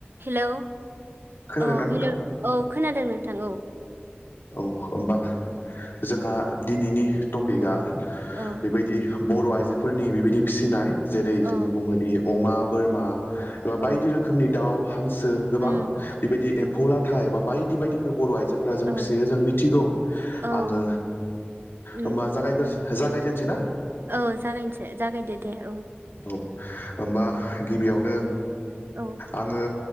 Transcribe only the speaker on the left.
खोनादोंना
नोंथां
औ होमबा जोंहा दिनैनि टपिकआ
बेबायदि बर' आइजोफोरनि बेबायदि फिसिनाय जेरै
जोङो बुङोदि अमा बोरमा एबा
बायदि रोखोमनि दाउ हांसो गोबां
बेबायदि एम एमफु लाथा बायदि बायदिफोर बर' आइजो फोरा जों
फिसियो जों मिथिगौ
आङो
होमबा जागायग जागायजेननोसै ना
औ होमबा गिबियावनो
आङो